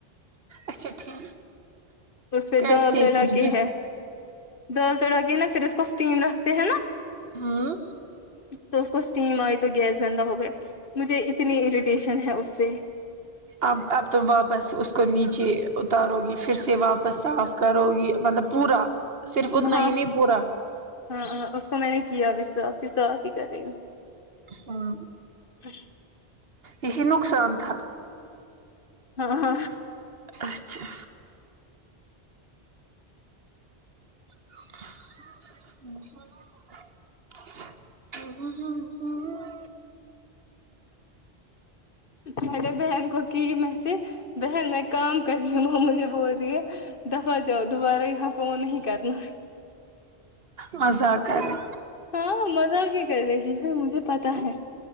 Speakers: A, on the right; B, on the left.
A: اچھا ٹھیک
B: اس پہ
A: کیسے
B: دال چڑھا
A: کچھ
B: کے
A: گفٹ
B: ہے دال چڑھا کے نا پھر اس کو اسٹیم رکھتے ہیں نا
A: ہوں
B: تو اس کو اسٹیم آئی تو گیس گندہ ہو گیا مجھے اتنی اریٹیشن ہے اس سے
A: اب اب تم واپس اس کو نیچے اتارو گی پھر سے واپس صاف کرو گی مطلب پورا صرف اتنا
B: وہاں
A: ہی نہیں پورا
B: ہاں ہاں اس کو میں نے کیا بھی صاف صاف ہی کر رہی ہوں
A: ہاں
B: <inaudible>
A: اسے نقصان تھا
B: ہاں ہاں
A: اچھا <inaudible> <inaudible>
B: میں نے بہن کو کی میں سے بہن میں کام کر رہی ہوں وہ مجھے بول رہی ہے دفع جاؤ دوبارہ یہاں فون نہیں کرنا
A: مزاق کریں
B: ہاں مذاق ہی کر رہے ہوں مجھے پتا ہے